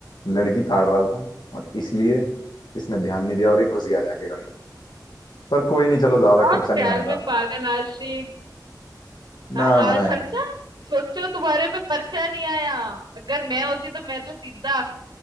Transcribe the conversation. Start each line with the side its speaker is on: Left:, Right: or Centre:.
Left: लड़की ताड़ रहा था और इसलिए इसने ध्यान नहीं दिया और एक घुस गया जाके गाड़ी में पर कोई नहीं चलो ज्यादा
Right: हाँ
Left: खर्चा नहीं
Right: प्यार
Left: आया
Right: में
Left: था
Right: पागल आशिक हाँ
Left: ना
Right: आ,
Left: ना यार
Right: खर्चा सोचो तुम्हारे पे पर्चा नहीं आया अगर मैं होती तो मैं तो सीधा